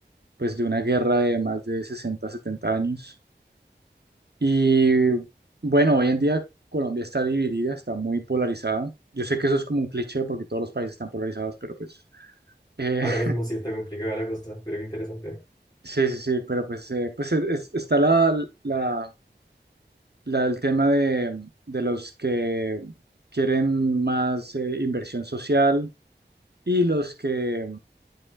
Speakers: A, on the right (about 60°); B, on the left (about 20°).
A: pues de una guerra de más de 60, 70 años. Y bueno, hoy en día Colombia está dividida, está muy polarizada. Yo sé que eso es como un cliché porque todos los países están polarizados, pero pues eh,
B: Ahora
A: <laughs>
B: mismo sí está complicada la cosa, pero qué interesante.
A: sí, sí, sí, pero pues, eh, pues es- es- está la, la, La, el tema de, de los que quieren más eh, inversión social y los que